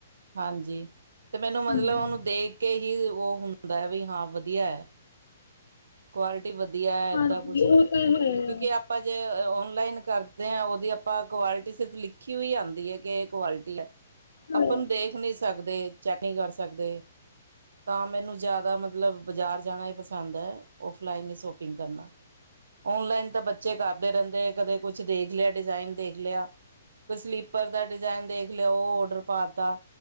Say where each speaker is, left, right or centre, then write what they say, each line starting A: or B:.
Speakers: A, on the right; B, on the left.
A: ਹਾਂਜੀ ਅਤੇ ਮੈਨੂੰ ਮਤਲਬ
B: ਹਾਂਜੀ,
A: ਉਹਨੂੰ ਦੇਖ ਕੇ ਹੀ ਉਹ ਹੁੰਦਾ ਹੈ ਵੀ ਹਾਂ ਵਧੀਆ ਹੈ। ਕੁਆਲਿਟੀ ਵਧੀਆ ਹੈ ਇਦਾਂ
B: ਹਾਂਜੀ
A: ਕੁਛ ਨਾ
B: ਉਹ ਤਾਂ ਹੈ
A: ਕਿਉਂਕਿ
B: ਆ
A: ਆਪ ਆਪ ਜੇ ਓਨਲਾਈਨ ਕਰਦੇ ਹ ਉਹਦੀ ਆਪਾਂ ਕੁਆਲਿਟੀ ਸਿਰਫ ਲਿਖੀ ਹੋਈ ਆਂਦੀ ਹੈ ਕਿ ਇਹ ਕੁਆਲਿਟੀ ਆ
B: ਹਾਂਜੀ
A: ਆਪਾਂ ਨੂੰ ਦੇਖ ਨਹੀਂ ਸਕਦੇ। ਚੈਕਿੰਗ ਨੀ ਕਰ ਸਕਦੇ ਤਾਂ ਮੈਨੂੰ ਜ਼ਿਆਦਾ ਮਤਲਬ ਬਜ਼ਾਰ ਜਾਣਾ ਹੀ ਪਸੰਦ ਹੈ। ਔਫਲਾਈਨ ਹੀ ਸ਼ੋਪਿੰਗ ਕਰਨਾ ਔਨਲਾਈਨ ਤਾਂ ਬੱਚ ਬੱਚੇ ਕਰਦੇ ਰਹਿੰਦੇ ਕਦੇ ਕੁਛ ਦੇਖ ਲਿਆ ਡਿਜ਼ਾਇਨ ਦੇਖ ਲਿਆ। ਕੋਈ ਸਲੀਪਰ ਦਾ ਡਿਜਾਇਨ ਦੇਖ ਲਿਆ ਉਹ ਔਡਰ ਪਾਤਾ